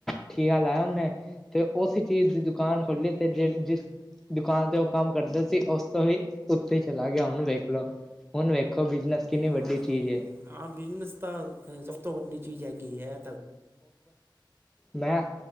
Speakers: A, in the centre; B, on the right.
A: ਠੀ ਹ ਲ ਆਇਆ ਉਹਨੇ ਤੇ ਉਸ ਚੀਜ਼ ਦੀ ਦੁਕਾਨ ਖੋਲੀ ਤੇ ਜ ਜਿਸ ਦੁਕਾਨ ਤੇ ਉਹ ਕੰਮ ਕਰਦਾ ਸੀ ਉਸ ਤੋਂ ਹੀ ਉੱਤੇ ਹੀ ਚਲਾ ਗਿਆ ਹੁਣ ਵੇਖ ਲਉ ਹੁਣ ਵੇਖੋ ਬਿਜਨਸ ਕਿੰਨੀ ਵੱਡੀ
B: ਹਾਂ
A: ਚੀਜ਼ ਹੈ
B: ਹਾਂ ਬਿਜ਼ਨਸ ਤਾਂ ਸਭ ਤੋਂ ਵੱਡੀ ਚੀਜ਼ ਹੈਗੀ ਐ।
A: ਮੈਂ